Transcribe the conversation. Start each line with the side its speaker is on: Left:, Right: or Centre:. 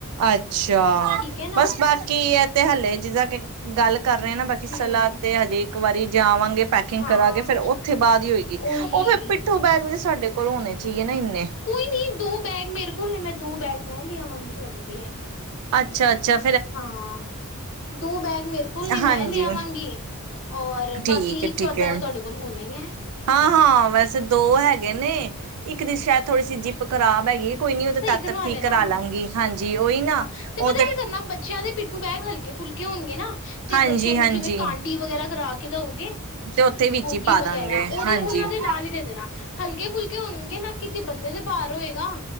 Right: ਅੱਛਾ,
Left: ਠੀਕ ਹੈ ਨਾ
Right: ਬੱਸ ਬਾਕੀ ਐ ਤੇ ਹਲੇ ਜਿੱਦਾਂ ਕਿ ਗੱਲ ਕਰ ਰਹੇ ਨਾ ਬਾਕੀ। ਕੀ
Left: ਹੂੰ
Right: ਸਲਾਹ ਤੇ ਹਜੇ ਇੱਕ ਵਾਰੀ ਜਾਵਾਂਗੇ ਪੈਕਿੰਗ
Left: ਹਾਂ
Right: ਕਰਾਗੇ ਫਿਰ ਉੱਥੇ ਬਾਅਦ ਹੀ ਹੋਏਗੀ।
Left: ਉਹੀ
Right: ਉਹ ਫਿਰ ਪਿੱਠੂ ਬੈਗ ਵੀ ਸਾਡੇ ਕੋਲ ਹੋਣੇ ਚਾਹੀਏ ਨਾ ਇੰਨੇ
Left: ਕੋਈ ਨੀ ਦੋ ਬੈਗ ਮੇਰੇ ਕੋਲ ਮੈਂ ਦੋ ਮੈਂ ਲੈ ਆਵਾਂਗੀ ਤੁਹਾਡੇ ਲੀਏ
Right: ਅੱਛਾ-ਅੱਛਾ ਫਿਰ
Left: ਹਾਂ, ਦੋ ਬੈਗ ਮੇਰੇ ਕੋਲ ਨੇ
Right: ਹਾਂਜੀ
Left: ਮੈਂ ਲਿਆਵਾਂਗੀ। ਔਰ
Right: ਠੀਕ
Left: ਬਾਕੀ
Right: ਹੈ-ਠੀਕ
Left: ਇੱਕ-ਅੱਧਾਂ
Right: ਹੈ
Left: ਤਾਂ ਤੁਹਾਡੇ ਕੋਲ ਹੋਣਾ ਹੀ ਐਂ।
Right: ਹਾਂ-ਹਾਂ ਵੈਸੇ ਦੋ ਹੈਗੇ ਨੇ, ਇੱਕ ਦੀ ਸ਼ਾਇਦ ਥੋੜੀ ਸੀ ਜਿ ਪ ਖਰਾਬ ਹੈਗੀ ਕੋਈ ਨੀ ਉਹ ਤਾਂ
Left: ਸਹੀ
Right: ਤਦ
Left: ਕਰਵਾ
Right: ਤੱਕ ਠੀਕ
Left: ਲੈਣਾ
Right: ਕਰਾ ਲਾਂਗੀ ਹਾਂਜੀ ਉਹੀ ਨਾ
Left: ਹਾਂ ਤੇ
Right: ਉਹ
Left: ਪਤਾ ਕੀ ਕਰਨਾ ਬੱਚਿਆਂ ਦੇ ਪਿੱਠੂ ਬੈਗ ਹਲਕੇ-ਫੁਲਕੇ ਹੋਣਗੇ ਨਾ। ਤੇ
Right: ਹਾਂਜੀ-ਹਾਂਜੀ
Left: ਬੱਚਿਆਂ ਨੂੰ ਜਿਵੇਂ ਕਾਂਡੀ ਵਗੈਰਾ ਕਰਾ ਕੇ ਦਿਓਗੇ।
Right: ਤੇ ਉੱਥੇ ਵਿੱਚ
Left: ਬੋਗੀ
Right: ਹੀ ਪਾ
Left: ਵਗੈਰਾ
Right: ਦਾਂਗੇ
Left: ਉਹਦੇ
Right: ਹਾਂਜੀ-ਹਾਂਜੀ
Left: ਉਹਨਾਂ ਦੇ ਨਾਲ ਹੀ ਦੇ ਦੇਣਾ ਹਲਕੇ-ਫੁਲਕੇ ਹੋਣਗੇ ਨਾ ਕਿਸ ਕੀ ਬੰਦੇ ਦੇ ਭਾਰ ਹੋਏਗਾ।